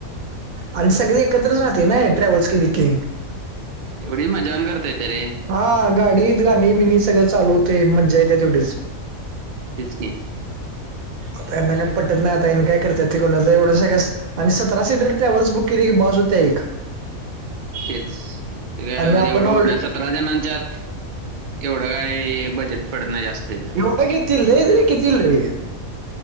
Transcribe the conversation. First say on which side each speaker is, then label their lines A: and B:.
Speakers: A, on the right; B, on the right.
A: आणि सगळे एकत्रच राहते ना ट्रॅव्हल्स केले की.
B: तेवढी मजा पण करता येत रे.
A: हा गाडी गाणी बिणी सगळं चालू होते मजा येते तेवढीच.
B: तेच की.
A: आता यांना काय पटत नाही आता ह्यांना काय करत्यात ते करुदेत एवढं सगळ्याच. आणि सतरा सीटर ट्रॅव्हल्स बुक केली की बस होत्या एक.
B: तेच ते काय
A: आणि आपण
B: एवढं
A: ऑलरेडी
B: होत नाही सतरा. अठरा जणांच्यात एवढं काय हे बजट पडत नाही जास्त. त्याचं.
A: एवड घेतील्ल लईच रे कितील रे.